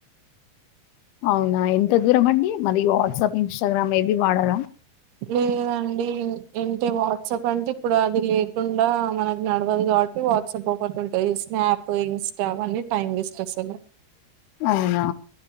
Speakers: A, on the left; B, on the right.
A: అవునా ఎంత దూరం అండి మరి వాట్సాప్ ఇన్‌స్టాగ్రామ్ ఏవి వాడరా?
B: లేదండి ఏంటి వాట్సాప్ అంటే ఇప్పుడు అది లేకుండా మనకి నడవదు కాబట్టి వాట్సాప్ ఒకటి ఉంటది స్నాప్ ఇన్స్టా అవన్నీ టైమ్ వేస్ట్ అసలు
A: అవునా